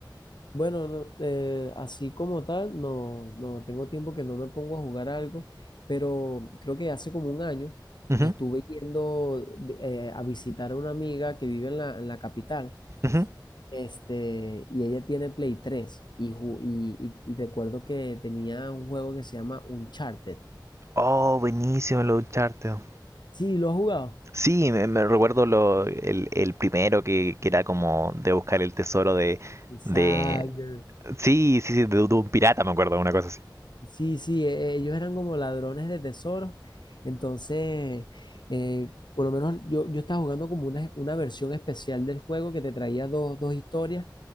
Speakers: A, on the left; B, on the right.
A: Bueno, no, eh, así como tal, no, no tengo tiempo que no me pongo a jugar algo, pero creo que hace como un año
B: Ujú,
A: estuve yendo eh, a visitar a una amiga que vive en la, en la capital,
B: ujú.
A: este, y ella tiene Play 3 y, ju- y, y, y recuerdo que tenía un juego que se llama Uncharted.
B: Oh, buenísimo el Uncharted.
A: Sí, ¿lo has jugado?
B: Sí, me, me recuerdo lo, el, el primero que, que era como de buscar el tesoro de,
A: Exacto.
B: de... Sí, sí, sí, de, de un pirata, me acuerdo, una cosa así.
A: Sí, sí, eh, ellos eran como ladrones de tesoros. Entonces, eh, por lo menos yo, yo estaba jugando como una, una versión especial del juego que te traía dos, dos historias